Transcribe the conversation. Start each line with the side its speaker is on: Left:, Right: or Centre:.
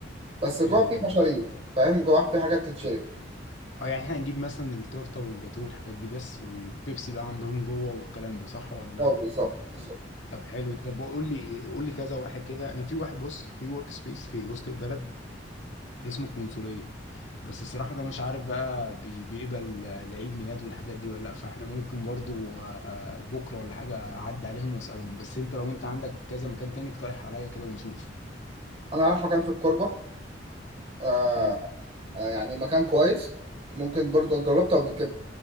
Right: بس جوه
Left: حلو
Right: في
Left: ده ماشي
Right: مشاريب فاهم جوه في حاجات تتشرب
Left: اه يعني احنا هنجيب مثلا التورته والجاتوه والحاجات دي بس والبيبسي بقى عندهم جوه والكلام ده صح ولا
Right: اه بالظبط بالظبط
Left: طب حلو ده طب قول لي قول لي كذا واحد كده انا في واحد بص في ورك سبيس في وسط البلد اسمه القنصلية بس الصراحة ده مش عارف بقى بي- بيقبل آه، لعيد ميلاد والحاجات دي ولا لأ فاحنا ممكن برضو آه، بكرة ولا حاجة أعدي عليهم وأسألهم بس أنت لو أنت عندك كذا مكان تاني اقترح عليا كده ونشوف
Right: انا رايح مكان في الكوربه آه
Left: حلو
Right: آه، يعني مكان كويس ممكن برضو جربته قبل كده